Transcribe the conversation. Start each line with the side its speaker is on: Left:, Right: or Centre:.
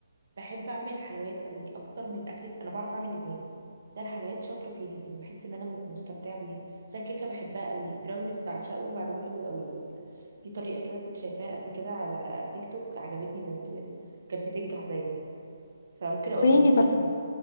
Right: بحب اعمل حلويات قوي اكتر من الاكل انا بعرف اعمل الاثنين بس أنا الحلويات شاطره فيها يعني بحس ان انا م- مستمتعه بيها بس الكيكه بحبها قوي البراونيز بعشقه وبعمله حلو قوي بجد دي طريقه كده كنت شايفاها قبل كده على تيك توك عجبتني موت يعني كانت بتنجح دايما فممكن اقولها
Left: قولي لي
Right: لك
Left: طيب
Right: يعني